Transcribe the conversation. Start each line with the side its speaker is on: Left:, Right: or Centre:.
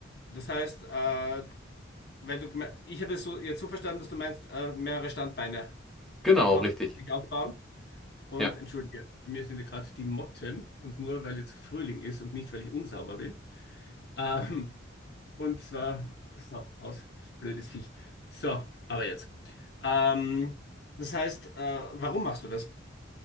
Left: Das heißt, äh, weil du, geme- ich habe es so, jetzt so verstanden, dass du meinst, äh, mehrere Standbeine
Centre: Genau,
Left: einfach
Centre: richtig.
Left: sich aufbauen. Und
Centre: Ja.
Left: entschuldige, bei mir sind ja gerade die Motten und nur weil jetzt Frühling ist und nicht, weil ich unsauber bin. Ähm, und zwar, so, aus, blödes Viech. So, aber jetzt. Ähm, das heißt, äh, warum machst du das?